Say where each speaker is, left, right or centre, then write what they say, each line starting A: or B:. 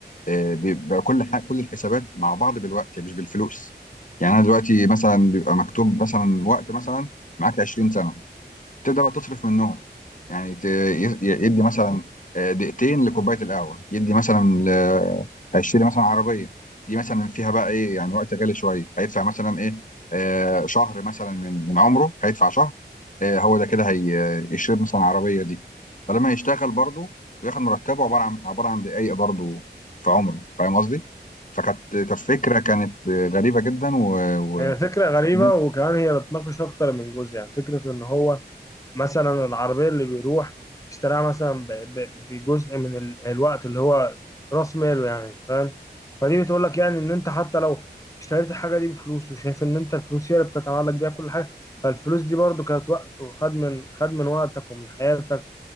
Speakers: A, on the left; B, on the left.
A: آه، بيبقى كل حاجه كل الحسابات مع بعض بالوقت مش بالفلوس يعني انا دلوقتي مثلا بيبقى مكتوب مثلا وقت مثلا معاك 20 سنه تبدا بقى تصرف منهم يعني ت- ي- يدي مثلا آه، دقيقتين لكوبايه القهوه يدي مثلا ل- هيشتري مثلا عربيه دي مثلا فيها بقى ايه يعني وقت غالي شويه هيدفع مثلا ايه آه، شهر مثلا من من عمره هيدفع شهر آه، هو ده كده هيشتري مثلا العربيه دي فلما يشتغل برضه بياخد مرتبه عباره عن عباره عن دقايق برضه في عمره فاهم قصدي؟ فكانت فكره كانت آه، غريبه جدا و...
B: هي فكرة غريبة
A: و...
B: وكمان هي بتناقش أكتر من جزء يعني فكرة إن هو مثلا العربية اللي بيروح اشتراها مثلا ب- ب- بجزء من ال- الوقت اللي هو رأس ماله يعني فاهم فدي بتقول لك يعني إن أنت حتى لو اشتريت الحاجة دي بفلوس وشايف إن أنت الفلوس هي اللي بتتعلق بيها كل حاجة فالفلوس دي برضو كانت وقت وخد من خد من وقتك ومن حياتك